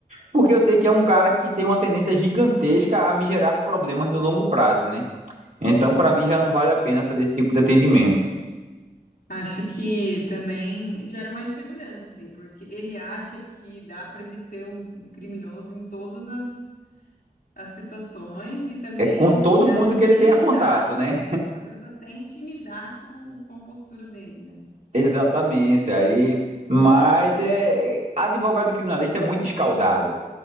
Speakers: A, on the right; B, on the left.
A: Porque eu sei que é um cara que tem uma tendência gigantesca a me gerar problemas no longo prazo, né? Então, para mim, já não vale a pena fazer esse tipo de atendimento.
B: Acho que também gera uma insegurança, assim, porque ele acha que dá para ele ser um, um criminoso em todas as, as situações e também
A: É com todo
B: é,
A: mundo
B: intimidar,
A: que ele tenha contato,
B: né?
A: né?
B: Às vezes até intimidar com, com a postura dele, né?
A: <laughs> Exatamente. Aí, mas é advogado criminalista é muito escaldado.